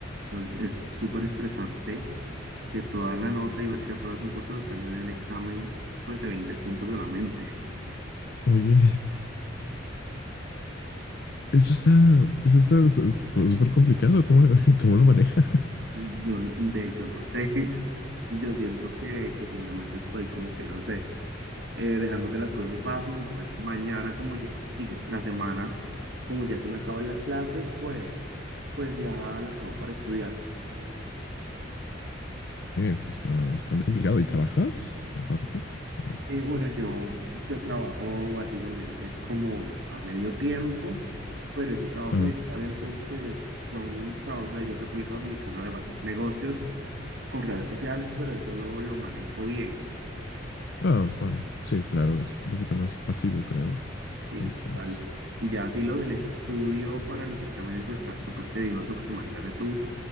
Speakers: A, on the right; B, on the left.
A: Entonces es súper estresante que toda la nota y ver si apruebas un curso depende de un examen, pues de 20 puntos solamente.
B: Oye, <laughs> eso está, eso está s- s- súper complicado. ¿Cómo, <laughs> cómo lo manejas?
A: Yo, de hecho, no sé. <laughs> Yo siento que, que simplemente estoy como que no sé. eh, dejando que las cosas pasen y pues mañana como ya, digo, la semana, como ya se me acaban las clases, pues, pues ya la acabo para estudiar.
B: Eso está bastante complicado. ¿Y trabajas aparte? O sea,
A: Eh, bueno, yo, yo trabajo básicamente como a medio tiempo, pero es un trabajo
B: ah,
A: virtual, entonces son trabajos de allá en República Dominicana de varios negocios con redes sociales, pero eso lo, lo manejo bien.
B: ah, bueno, sí, claro, es un poquito más pasivo, creo.
A: Sí,
B: Entonces,
A: total. Ya sí lo del estudio para los exámenes va a estar súper tedioso, porque imagínate tú,